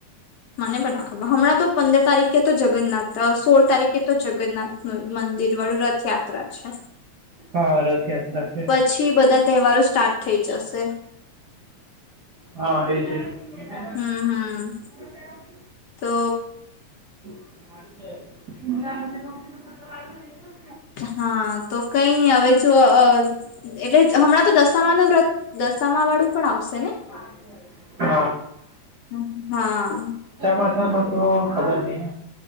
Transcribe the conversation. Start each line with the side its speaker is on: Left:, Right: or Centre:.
Left: મને પણ ના ખબર હમણાં તો પંદર તારીખે તો જગન્નાથ તો સોળ તારીખે તો જગન્નાથ નું મંદિર વાળું રથયાત્રા છે.
Right: હા રથયાત્રા છે.
Left: પછી બધા તહેવારો સ્ટાર્ટ થઈ જશે
Right: હા એ છે. હા
Left: હમ હમ
Right: બરાબર.
Left: તો,
Right: <inaudible>
Left: હા, તો કઈ નહી હવે જો અ એટલે હમણાં તો દશામાંનું વ્રત દશામાવાળું પણ આવશે ને?
Right: <unintelligible>
Left: હમ હા.
Right: પતા નોતો ખબર નહી.